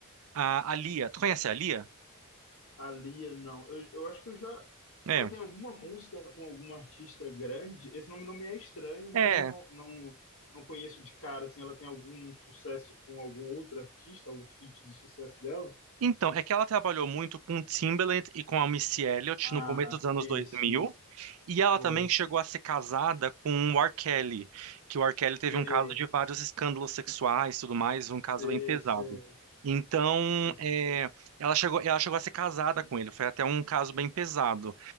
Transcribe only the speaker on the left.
A Lia, não. Eu, eu acho que eu já.
Ela tem alguma música com algum artista grande. Esse nome não me é estranho, mas
eu não, não, não conheço de cara. Assim, ela tem algum sucesso com algum outro artista, algum feat de sucesso dela?
Ah,
esse,
esse.
Boa.
Sei,
sei,
sei,
sei.